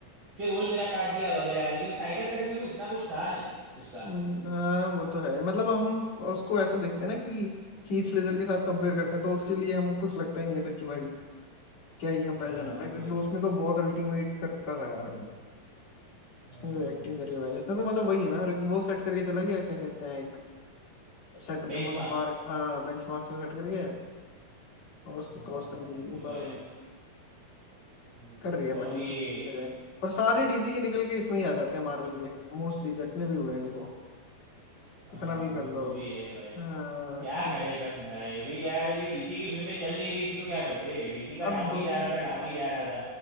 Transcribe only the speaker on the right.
कि रोल मेरा काट दिया वगैरह लेकिन स्नाइडर कट में भी उतना कुछ था नहीं उसका
हम्म,
हाँ
वो
तो है
हाँ
बेंचमार्क
हाँ
भाई
वो तो
है
हम्म,
और
ये
हाँ
हाँ
वो भी है भाई
क्या
करेपन भाई अभी यार ये डीसी की फिल्में चल नहीं रही थी तो क्या करते डीसी का
डाउन
ही जा रहा था डाउन ही जा रहा था